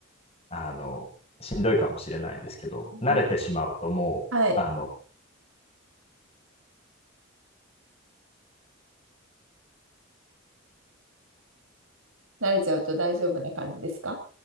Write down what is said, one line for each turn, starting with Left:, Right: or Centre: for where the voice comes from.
Left: あの、しんどいかもしれないですけど、
Right: うん
Left: 慣れてしまうともう、
Right: はい。
Left: あの、
Right: 慣れちゃうと大丈夫な感じですか